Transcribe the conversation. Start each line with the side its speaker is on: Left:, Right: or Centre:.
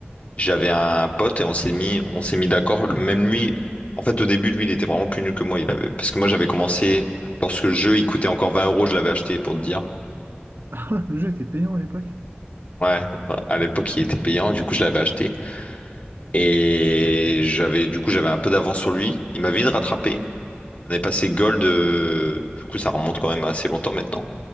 Left: j'avais un pote et on s'est mis, on s'est mis d'accord. Même lui, en fait au début lui il était vraiment plus nul que moi. Il avait, parce que moi j'avais commencé lorsque le jeu il coûtait encore 20 euros, je l'avais acheté pour te dire.
Right: Ah, le jeu était payant à l'époque.
Left: Ouais, à l'époque il était payant, du coup je l'avais acheté et j'avais, du coup j'avais un peu d'avance sur lui. Il m'a vite rattrapé. On est passé gold, euh, du coup ça remonte quand même assez longtemps maintenant.